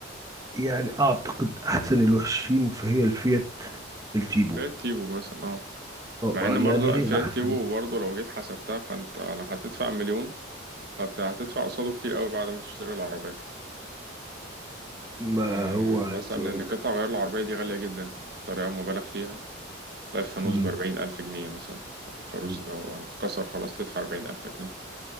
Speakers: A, on the right; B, on the right.
A: يعني اعتقد احسن الوحشين فهي الفيات التيبو
B: فئة تيبو مثلا أه
A: اه
B: مع
A: آه،
B: إن
A: يعني
B: برضه
A: هي
B: لأ فئة
A: احسن
B: تيبو برضه لو جيت حسبتها فأنت لو هتدفع مليون فأنت هتدفع قصاده كتير أوي بعد ما تشتري العربية
A: ما
B: أه
A: هو عايز
B: مثلا
A: اقول
B: إن قطع
A: لك
B: غيار العربية دي غالية جدا بطريقة مبالغ فيها تلاقي الفانوس
A: أمم،
B: بأربعين ألف جنيه مثلا الفانوس
A: أمم،
B: لو كسر خلاص تدفع أربعين ألف جنيه